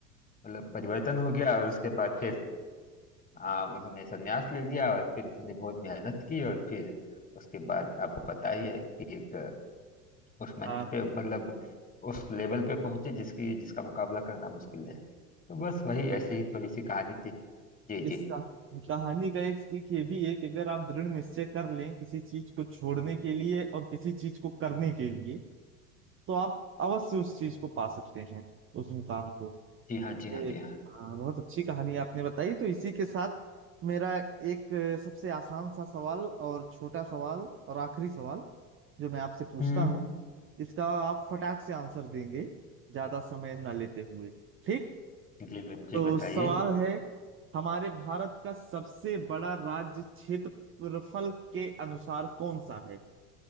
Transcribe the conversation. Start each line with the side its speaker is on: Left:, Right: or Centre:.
Left: मतलब परिवर्तन हो गया और उसके बाद फिर आ, उन्होंने संन्यास ले लिया और फिर उन्होंने बहुत मेहनत की और फिर उसके बाद आपको पता ही है कि एक अ, उस मंच
Right: हाँ
Left: पे मतलब उस लेवल पे पहुंचे जिसकी जिसका मुकाबला करना मुश्किल है तो बस वही
Right: तो मैं
Left: ऐसी ही थोड़ी सी कहानी थी जी जी
Right: इस कहा- कहानी का एक सीख ये भी है कि अगर आप दृढ़ निश्चय कर लें किसी चीज को छोड़ने के लिए और किसी चीज को करने के लिए तो आप अवश्य उस चीज को पा सकते हैं उस मुकाम को
Left: जी हाँ जी
Right: ये
Left: हाँ जी हाँ
Right: हाँ, बहुत अच्छी कहानी आपने बताई तो इसी के साथ मेरा एक अ, सबसे आसान सा सवाल और छोटा सवाल और आखिरी सवाल जो मैं आपसे पूछता
Left: हम्म
Right: हूँ इसका आप फटाक से आंसर देंगे ज्यादा समय ना लेते हुए ठीक
Left: जी जी
Right: तो
Left: बताइए
Right: सवाल है हमारे भारत का सबसे बड़ा राज्य क्षेत्रफल के अनुसार कौन सा है